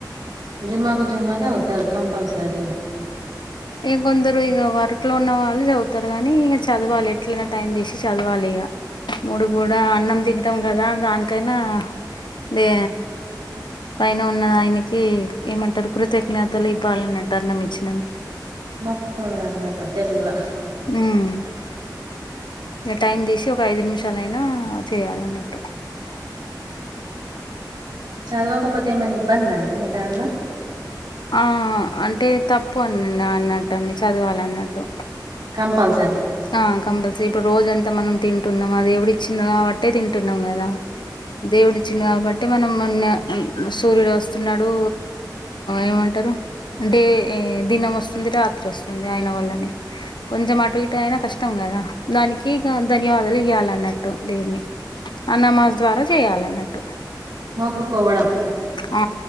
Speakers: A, on the right; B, on the left.
A: ఇగ మాకు జిమాకు చదువుతారు కంపల్సరిగా
B: ఇగ కొందరు ఇక వర్క్ లో ఉన్న వాళ్ళు చదువుతారు కాగానీ ఇక చదవాలి ఎట్లనా టైం తీసి చదవాలి ఇగ. మూడు పూట కూడా అన్నం తింటాం కదా దానికైనా దే పైన ఉన్న ఆయనకి ఏమంటారు కృతజ్ఞతలు ఇవ్వాలన్నట్టు అన్నం ఇచ్చినందుకు.
A: మొక్కుకొనుడు అన్నట్టు తెలుగుల
B: హ్మ్మ్ ఇక టైం తీసి ఒక ఐదు నిమిషాలయినా చేయాలన్నట్టు
A: చదవకపోతే ఏమనా ఇబ్బంద అండి మీ దాంట్లో
B: ఆ అంటే తప్పు అన్న అన్నట్టు అండి చదవాలన్నట్టు
A: కంపల్సరీ
B: ఆ కంపల్సరీ ఇప్పుడు రోజంతా మనం తింటున్నాం ఆ దేవుడు ఇచ్చిండు కాబట్టే తింటున్నాం గదా. దేవుడిచ్చిండు కాబట్టి మనం సూర్యుడు వస్తున్నాడు ఏమంటే డే దినం వస్తుంది రాత్రి వస్తుంది ఆయిన వల్లనే కొంచెం అటు ఇటు అయినా కష్టం కదా దానికి ఇగ ధన్యవాదాలు ఇవ్వాలన్నట్టు దేవుని ఆ నమాజ్ ద్వారా చేయాలన్నట్టు
A: మొక్కుకోవడం ఇగ
B: ఆ